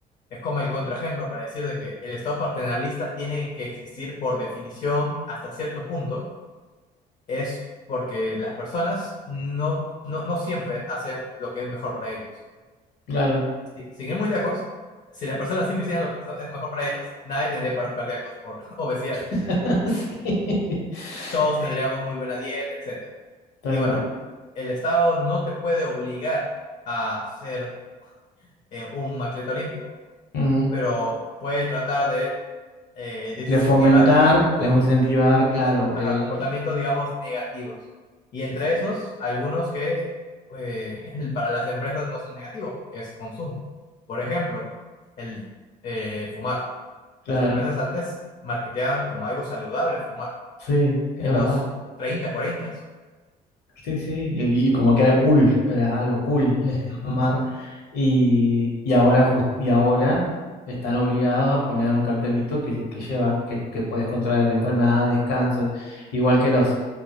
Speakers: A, on the left (about 45°); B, on the left (about 75°).
A: es como el contraejemplo para decir de que el Estado paternalista tiene que existir por definición hasta cierto punto, es porque las personas no, no, no siempre hacen lo que es mejor para ellos.
B: claro.
A: Si- sin ir muy lejos, si las personas siempre hicieran lo que so- es mejor para ellos, nadie tendría paros cardíacos por <laughs> obesidad.
B: <laughs> Sí, sí,
A: Todos tendríamos muy buena dieta, etc.
B: tal
A: Y bueno,
B: cual.
A: el Estado no te puede obligar a ser eh, un atleta olímpico,
B: Ujú.
A: pero puede tratar de eh, desincentivar
B: De fomentar,
A: co-
B: de incentivar, claro,
A: ajá,
B: el...
A: comportamientos, digamos, negativos. Y entre
B: Sí, sí.
A: esos, algunos que eh, <laughs> para las empresas no son negativos, que es consumo. Por ejemplo, el eh, fumar.
B: Claro,
A: Las empresas antes marketeaban como algo saludable fumar
B: sí, es
A: en
B: verdad.
A: los 30, 40.
B: Sí, sí, y, y como que era cool, era algo cool <laughs>
A: Ujú,
B: fumar. Y, y ahora jus- y ahora están obligados a poner un cartelito que, que lleva que, que puedes contraer enfermedades, cáncer, igual que los